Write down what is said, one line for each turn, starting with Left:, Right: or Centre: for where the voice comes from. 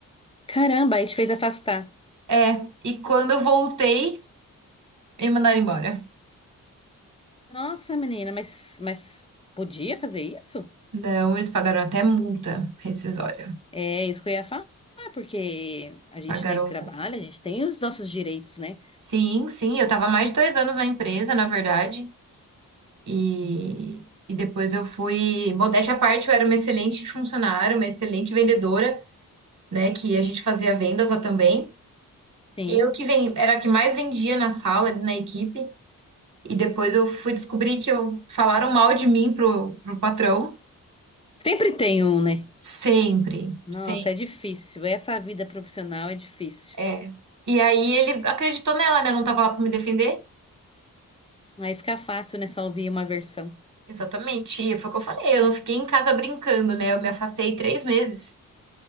Left: Caramba, aí te fez afastar.
Right: É, e quando eu voltei, E mandaram embora.
Left: Nossa, menina, mas, mas podia fazer isso?
Right: Não, eles pagaram até multa rescisória.
Left: É isso que eu ia falar, porque a gente,
Right: Pagaram
Left: né, que trabalha,
Right: multa.
Left: a gente tem os nossos direitos, né?
Right: Sim, sim, eu tava há mais de dois anos na empresa, na verdade. E, e depois eu fui. Modéstia à parte, eu era uma excelente funcionária, uma excelente vendedora, né? Que a gente fazia vendas lá também.
Left: Sim.
Right: Eu que ven- era a que mais vendia na sala, na equipe. E depois eu fui descobrir que eu falaram mal de mim pro, pro patrão.
Left: Sempre tem um, né?
Right: Sempre,
Left: Nossa,
Right: sempre.
Left: é difícil. Essa vida profissional é difícil.
Right: É. E aí ele acreditou nela, né? Eu não tava lá pra me defender.
Left: Aí fica fácil, né? Só ouvir uma versão.
Right: Exatamente, e foi o que eu falei, eu não fiquei em casa brincando, né? Eu me afastei três meses.